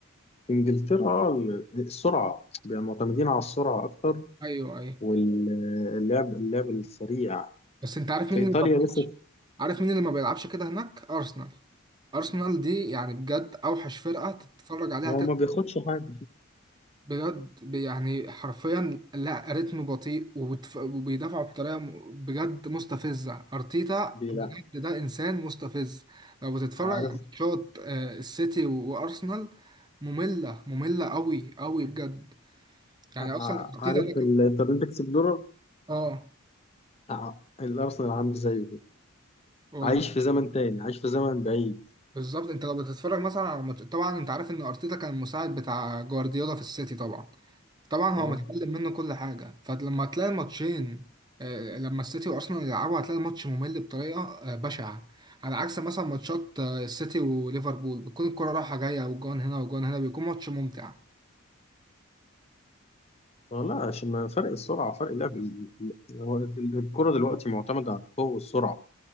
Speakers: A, on the left; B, on the right.
A: في إنجلترا آه، ال- السرعة بيبقوا معتمدين على السرعة أكتر
B: ايوه ايوه
A: واللعب اللعب السريع
B: بس انت عارف
A: في
B: مين
A: إيطاليا
B: اللي ما بيلعبش
A: لسه
B: عارف مين اللي ما بيلعبش كده هناك ارسنال ارسنال دي يعني بجد اوحش فرقة تتفرج عليها
A: ما هو ما بياخدش حاجة
B: بجد يعني حرفيا لا رتم بطيء وبتف- وبيدافعوا بطريقه م- بجد مستفزه ارتيتا
A: بيلعب
B: بجد ده انسان مستفز لو بتتفرج
A: عارف
B: على ماتشات آه، السيتي و- وارسنال ممله ممله قوي قوي بجد يعني
A: ع-
B: اصلا ارتيتا
A: عارف
B: ده
A: الانترنت
B: كان
A: اكسبلورر
B: اه
A: بتاع الارسنال عامل زيه كده
B: والله
A: عايش في زمن تاني عايش في زمن بعيد
B: بالظبط انت لو بتتفرج مثلا على ماتش طبعا انت عارف ان ارتيتا كان المساعد بتاع جوارديولا في السيتي طبعا طبعا هو
A: اه
B: متعلم منه كل حاجة فلما تلاقي الماتشين آه، لما السيتي وارسنال يلعبوا هتلاقي الماتش ممل بطريقة آه، بشعة على عكس مثلا ماتشات آه، السيتي وليفربول بتكون الكرة رايحة جاية وجون هنا وجون هنا بيكون ماتش ممتع
A: والله عشان ما فرق السرعه فرق اللعب ال- ال- هو الكره دلوقتي معتمده على القوه والسرعه